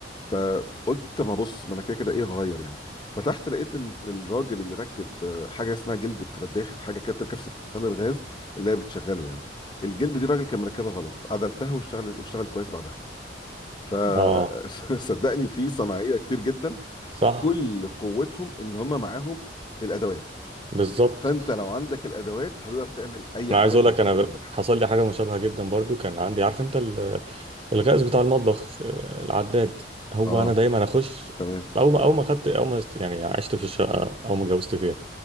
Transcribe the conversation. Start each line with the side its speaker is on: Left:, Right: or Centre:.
Left: فقلت طب ما بص ما انا كده كده ايه هغير يعني فتحت لقيت ان الراجل اللي ركب آه، حاجه اسمها جلده رداخ حاجه كده بتركب في سخان الغاز اللي هي بتشغله يعني الجلد دي الراجل كان مركبها غلط عدلتها واشتغلت واشتغل كويس بعدها فصدقني
Right: <laughs> اه
Left: <laughs> في صناعيه كتير جدا
Right: صح
Left: كل قوتهم ان هم معاهم الادوات
Right: بالظبط
Left: فانت لو عندك الادوات هتقدر تعمل اي
Right: انا
Left: حاجه
Right: عايز اقول
Left: انت
Right: لك
Left: محتاج
Right: انا
Left: تعملها
Right: ب- حصل لي حاجة مشابهة جدا برضو كان عندي عارف انت ال- الغاز بتاع المطبخ آه، العداد هو
Left: اه
Right: انا دايما اخش
Left: تمام
Right: اول ما اول ما خدت اول ما است- يعني عشت في الشقة او ما اتجوزت فيها